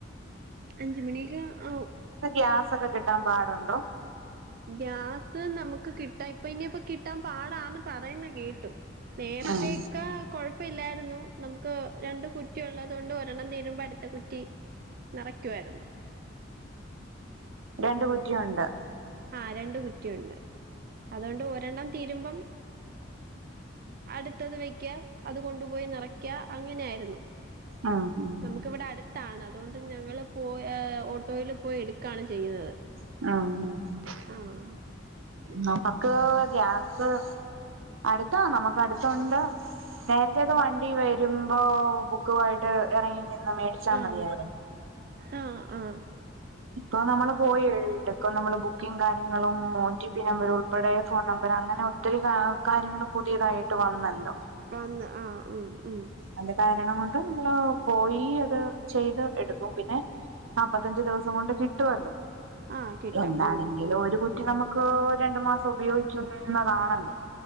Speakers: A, on the right; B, on the right.
A: അഞ്ചു മണിക്കെ ആവും.
B: ഗ്യാസൊക്കെ കിട്ടാൻ പാടുണ്ടോ?
A: ഗ്യാസ് നമുക്ക് കിട്ടാം ഇപ്പൊ ഇനിപ്പ കിട്ടാൻ പാടാന്ന് പറയുന്ന കേട്ടു. നേര്ത്തേക്ക
B: ആഹ്
A: കൊഴപ്പില്ലായിരുന്നു നമുക്ക് രണ്ട് കുറ്റിള്ളത് കൊണ്ട് ഒ രെണ്ണം തീരുമ്പോ അടുത്ത കുറ്റി നെറക്കുവായിരുന്നു.
B: രണ്ട് കുറ്റി ഒണ്ട്.
A: ആ രണ്ട് കുറ്റിയുണ്ട് അതുകൊണ്ട് ഒരെണ്ണം തീരുമ്പം. അടുത്തത് വെക്ക അത് കൊണ്ടുപോയി നെറക്ക അങ്ങനെയായിരുന്നു.
B: ആഹ് ഉം
A: നമുക്കിവിടെ അടുത്താണ് അതുകൊണ്ട് ഞങ്ങള് പോയി ഓട്ടോയിൽ പോയി എടുക്കുകയാണ് ചെയ്യുന്നത്
B: ആഹ് ഹാ
A: ആഹ്
B: നമുക്ക് ഗ്യാസ് അടുത്താ നമുക്ക് അടുത്തണ്ട്. നേരത്തൊക്കെ വണ്ടി വരുമ്പോ ബുക്കുമായിട്ട് ഇറങ്ങി നിന്ന് മേടിച്ചാ
A: ആഹ്
B: മതിയായിരുന്നു
A: ആഹ് ആഹ്
B: ഇപ്പൊ നമ്മള് പോയി എഴുട്ടക്ക നമ്മള് ബുക്കിംഗ് കാര്യങ്ങളും ഒ ടി പി നമ്പർ ഉൾപ്പെടെ ഫോൺ നമ്പർ അങ്ങനെ ഒത്തിരി കാര്യങ്ങളും പുതിയതായിട്ട് വന്നല്ലോ
A: വന്ന് ആഹ് ഉം ഉം
B: അന്റെ കാരണം കൊണ്ട് നമ്മള് പോയി അത് ചെയ്ത് എടുക്കും പിന്നെ നാപ്പത്തഞ്ച് ദിവസം കൊണ്ട് കിട്ടുവല്ലോ
A: ആഹ് കിട്ടും
B: എന്താണെങ്കിലും
A: ഉം
B: ഒരു കുറ്റി നമുക്ക് രണ്ടു മാസം ഉപയോഗിക്കുന്നതാണല്ലോ